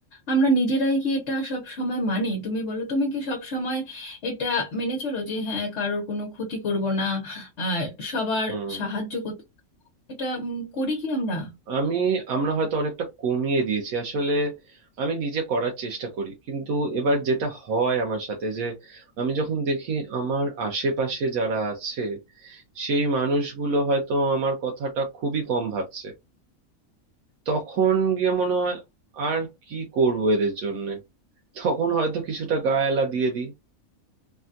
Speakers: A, on the left (about 55°); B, on the right (about 80°).
A: আমরা নিজেরাই কি এটা সব সময় মানি তুমি বলো তুমি কি সব এটা মেনে চলো যে হ্যাঁ কারোর কোনো ক্ষতি করব না আর সবার
B: হুম
A: সাহায্য করতে এটা উম, করি কি আমরা
B: আমি আমরা হয়তো অনেকটা কমিয়ে দিয়েছি আসলে আমি নিজে করার চেষ্টা করি কিন্তু এবার যেটা হয় আমার সাথে যে আমি যখন দেখি আমার আশেপাশে যারা আছে সেই মানুষগুলো হয়তো আমার কথাটা খুবই কম ভাবছে তখন গিয়ে মনে হয় আর কি করব এদের জন্য তখন হয়তো কিছুটা গায়ে দিয়ে দিই